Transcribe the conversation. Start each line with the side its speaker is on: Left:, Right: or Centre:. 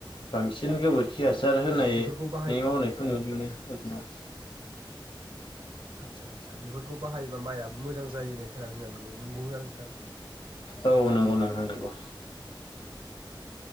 Left: बांसिन गोबोरखि हास सार होनायनि
Right: बेफोरखौ बाहाय
Left: मावनायखौ नुनो मोनो <inaudible>
Right: आदसा आदसा बेफोरखौ बाहायोबा माइयाबो मोजां जायो होननाय खोनादों नंगौना नोंथां
Left: औ नंगौ नोंथां नंगौ